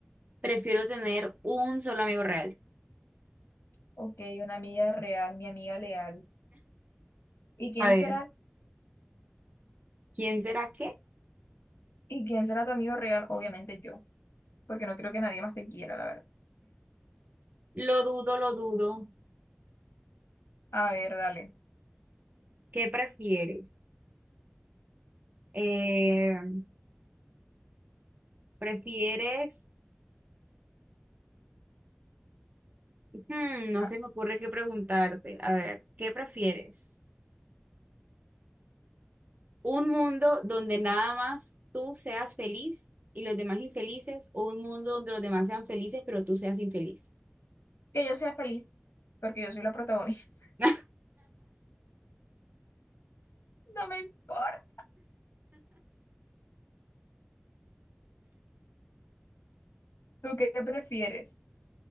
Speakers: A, on the right (about 45°); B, on the left (about 90°).
A: Prefiero tener un solo amigo real.
B: Ok, una amiga real, mi amiga leal. ¿Y quién
A: A ver,
B: será?
A: ¿quién será qué?
B: ¿Y quién será tu amigo real? Obviamente yo, porque no creo que nadie más te quiera, la verdad.
A: Lo dudo, lo dudo.
B: A ver, dale.
A: ¿Qué prefieres? Eh, ¿prefieres? Hmm, no
B: Ah,
A: se me ocurre qué preguntarte. A ver, ¿qué prefieres? Un mundo donde nada más tú seas feliz y los demás infelices, o un mundo donde los demás sean felices, pero tú seas infeliz.
B: que yo sea feliz, porque yo soy la protagonista. <laughs>
A: <laughs>
B: No me importa. ¿Tú qué prefieres?